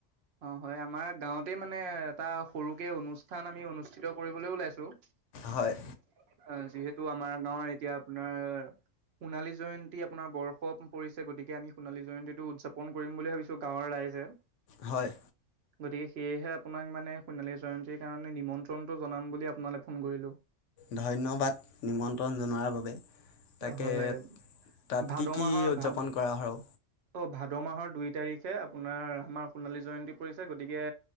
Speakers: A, on the right (about 65°); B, on the left (about 75°).
A: অ' হয় আমাৰ গাঁৱতেই মানে এটা সৰুকে অনুষ্ঠান আমি অনুষ্ঠিত কৰিবলৈ ওলাইছো অ'
B: হয়
A: যিহেতু আমাৰ গাঁৱৰ এতিয়া আপোনাৰ সোণালী জয়ন্তী আপোনাৰ বৰ্ষ পৰিছে গতিকে আমি সোণালী জয়ন্তীটো উদযাপন কৰিম বুলি ভাবিছো গাঁৱৰ ৰাইজে।
B: হয়।
A: গতিকে সেয়েহে আপোনাক মানে সোণালী জয়ন্তীৰ কাৰণে নিমন্ত্ৰণটো জনাম বুলি আপোনালৈ ফোন কৰিলো।
B: ধন্যবাদ নিমন্ত্ৰণ জনোৱাৰ বাবে তাক
A: হয়
B: তে তাত
A: ভাদ
B: কি কি
A: মাহৰ
B: উদযাপন
A: ভাদ
B: কৰা আৰু?
A: অ, ' ভাদ মাহৰ দুই তাৰিখে আপোনাৰ আমাৰ সোণালী জয়ন্তী পৰিছে গতিকে